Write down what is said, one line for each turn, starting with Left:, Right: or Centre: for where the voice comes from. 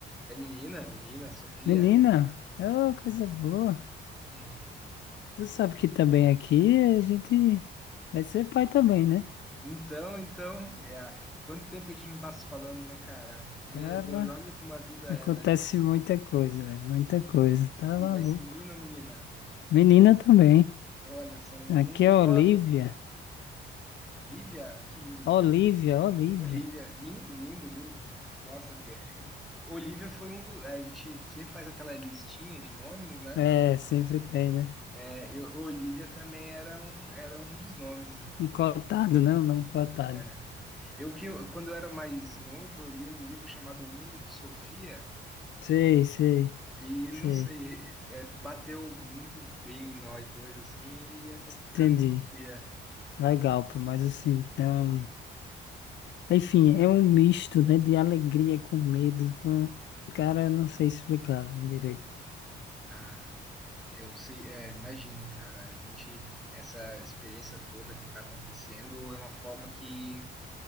Centre: É menina, menina, Sofia.
Left: Menina, ô, coisa boa.
Centre: <laughs> Uhum.
Left: Tu sabe que também aqui a gente vai ser pai também, né?
Centre: Então, então, é, a- quanto tempo a gente não tá se falando, né, cara?
Left: Cara,
Centre: Meu Deus, olha como a vida
Left: acontece
Centre: é, né?
Left: muita coisa, velho. Muita
Centre: E,
Left: coisa. Tá
Centre: e,
Left: maluco.
Centre: e vai ser menino ou menina?
Left: Menina também.
Centre: Olha só, um
Left: Aqui
Centre: mundo
Left: é a
Centre: rosa.
Left: Olivia.
Centre: Lívia, que lindo nome.
Left: Olivia, Olivia.
Centre: Olivia, lindo, lindo, lindo. Nossa, é, Olivia foi um dos. A gente sempre faz aquela listinha de nomes, né?
Left: É, sempre tem, né?
Centre: É, eu, Olivia também era um, era um dos nomes. né?
Left: Um cotado, né? Um nome cotado.
Centre: É, Eu que eu- quando eu era mais novo, eu li um livro chamado O Mundo de Sofia
Left: Sei, sei,
Centre: e
Left: sei.
Centre: não sei, é, bateu muito bem em nós dois assim e acabou ficando
Left: Entendi.
Centre: Sofia.
Left: Legal, pô, mas assim, então. Enfim, é um misto, né, de alegria com medo, com. Cara, eu não sei explicar direito.
Centre: Ah, eu sei, é, imagino, cara. A gente essa experiência toda que está acontecendo é uma forma que